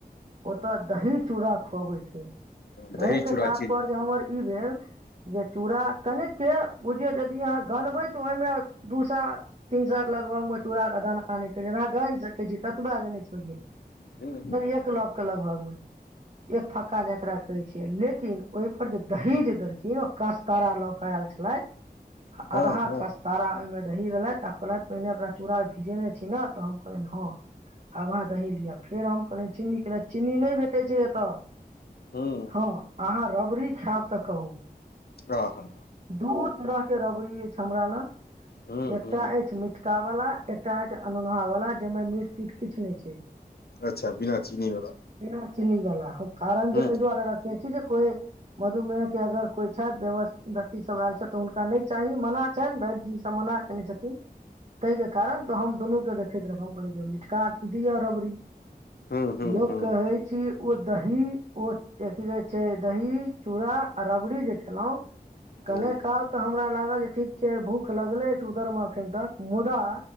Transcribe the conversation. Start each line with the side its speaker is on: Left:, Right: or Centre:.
Right: ओतऽ दही चूड़ा खुअबै छै
Left: दही
Right: कहै
Left: चूड़ा
Right: के तात्पर्य
Left: चीनी
Right: जे हमर ई भेल जे चूड़ा कनिक के बुझिये यदि अहाँ गनबै तऽ ओहिमे दूसए तीन सए के लगभग मे चूड़ा के दाना नय केह छै अहाँ गाइन सकैत छीयै ततबा देने छियै
Left: हँ
Right: <unintelligible> एक लप के लगभग मे एक फक्का जेकरा कहे छिये लेकिन ओहि पर जे दही जे देलखिन ओ कास्तारा ल के आयल छले
Left: हँ
Right: अधहा
Left: हूँ
Right: कस्तार मे दही देलेथ आ कहलेथ पहिने ओकरा चूड़ा भिजेने छी ने तऽ हम कहलनि हँ आव अहाँ दही लिय फेर हम कहलिय चिन्नी के चिन्नी नय भेटे छै एतऽ
Left: हूँ
Right: हँ अहाँ रबड़ी खायब तऽ कहू
Left: हँ हँ
Right: दू तरह के रबड़ी ऐछ हमरा लग
Left: हूँ
Right: एकटा
Left: हूँ
Right: ऐछ मिठ- का वाला एकटा ऐछ अनोनह वाला जाहिमें मीठ तीठ किछ नय छै
Left: अच्छा बिना चीनी वला।
Right: बिना चीनी वला कारण जे
Left: हूँ
Right: एहि दुआरे रखने छी जे कोइ मधुमेह के अगर। कोइ छथि व्यसथित व्यक्ति सब आयल छथि हुनका नै चाही मना छनि वैद्य जीसँ मना कने छथिन ताहिके कारण तऽ हम दुनूके देख। <unintelligible> दिय रबरी
Left: हूँ हूँ
Right: इहो
Left: हूँ
Right: कहै छी ओ द- - हूँ ओ ची कहे छै दही चूड़ा आ रबड़ी जे खेलौं
Left: हूँ
Right: कने काल तऽ हमरा लागल जे ठीक छै भूख लगले अछि उधर मे अखन तक मुदा